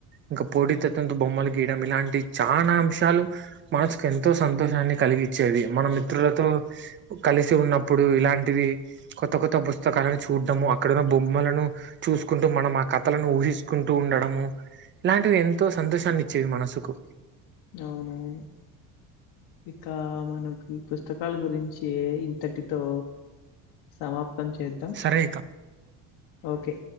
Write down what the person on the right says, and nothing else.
ఇంకా పోటి తత్వంతో బొమ్మలు గీయడం ఇలాంటి చానా అంశాలు మనసుకు ఎంతో సంతోషాన్ని కలిగిచేది మన మిత్రులతో కలిసి ఉన్నప్పుడు ఇలాంటివి కొత్త కొత్త పుస్తకాలను చూడము అక్కడున్న బొమ్మలను చూసుకుంటూ మనం ఆ కథలను ఊహి కుంటూ ఉండడము ఇలాంటివి ఎంతో సంతోషాన్ని ఇచ్చేవి మనసుకు
సరే ఇక